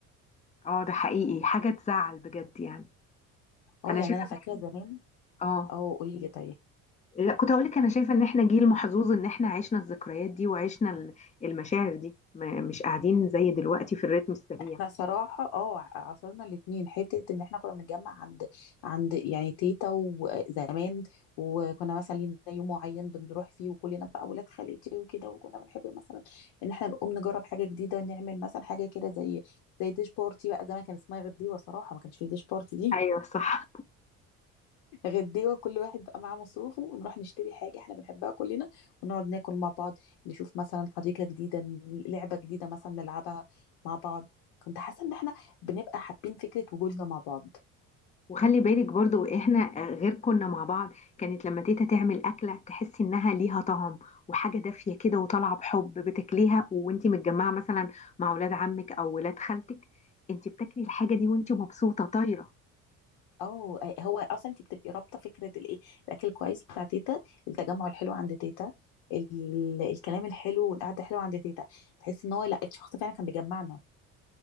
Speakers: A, on the left; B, on the left.
A: اه ده حقيقي حاجه تزعل بجد يعني
B: اه
A: انا
B: يعني
A: شايفه
B: انا فاكره
A: ان احنا
B: زمان
A: اه
B: اه قولي لي طيب
A: لا كنت هقول لك انا شايفه ان احنا جيل محظوظ ان احنا عشنا الذكريات دي وعشنا ال- المشاعر دي ما مش قاعدين زي دلوقتي في الريتم السريع
B: احنا صراحة اه ع- عاصرنا الاتنين حتة ان احنا كنا بنتجمع عند عند يعني تيتا وزمان وكنا مثلا لينا يوم معين بنروح فيه وكلنا بقى ولاد خالتي وكده وكنا بنحب مثلا ان احنا نقوم نجرب حاجة جديدة نعمل مثلا حاجة كده زي زي ديش بارتي بقى زمان كان اسمها غير دي وصراحة ما كانش فيه ديش بارتي دي
A: ايوه صح
B: غديوه كل واحد بقى معاه مصروفه ونروح نشتري حاجة احنا بنحبها كلنا ونقعد ناكل مع بعض نشوف مثلا حديقة جديدة ن- لعبة جديدة مثلا نلعبها مع بعض كنت حاسة ان احنا بنبقى حابين فكرة وجودنا مع بعض
A: وخلي بالك برضو احنا غير كنا مع بعض كانت لما تيتا تعمل اكله تحسي انها ليها طعم وحاجه دافيه كده وطالعه بحب بتاكليها وانتي متجمعه مثلا مع ولاد عمك او ولاد خالتك انتي بتاكلي الحاجه دي وانتي مبسوطه طايره
B: اه هو اصلا انت بتبقي رابطة فكرة الايه الاكل الكويس بتاع تيتا التجمع الحلو عند تيتا ال... الكلام الحلو والقعدة الحلوة عند تيتا تحس ان هو لا الشخص فعلا كان بيجمعنا